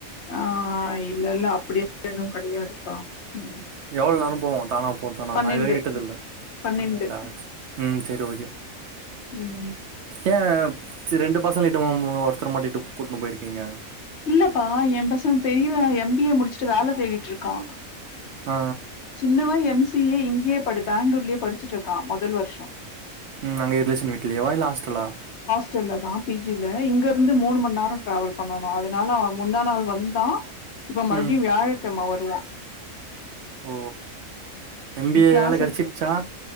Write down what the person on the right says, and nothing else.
எவ்ளோ நேரோ போவு தானா போட்டானா
நா இதுவரையு விட்டதில்ல
பன்னெண்டாச்சு ம் செரி ஓகே
ஏ ரெண்டு பசல்லிட்டுமா ஒருத்தர மாட்டிட்டு கூட்னு போயிருக்கீங்க
ஆ
ம் அங்க ரிலேஷன் வீட்லயேவா இல்ல ஆஸ்டலா
ம்
ஓ எம் பி ஏ
வேல கெடச்சிருச்சா